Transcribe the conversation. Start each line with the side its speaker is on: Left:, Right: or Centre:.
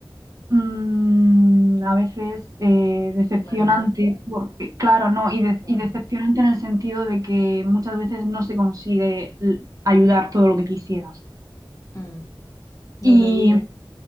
Right: mm, a veces eh, decepcionante,
Left: Demandante,
Right: porque, claro, no, y, de-
Left: wow.
Right: y decepcionante en el sentido de que muchas veces no se consigue l- ayudar todo lo que quisieras.
Left: Mm, no
Right: Y
Left: lo dudo.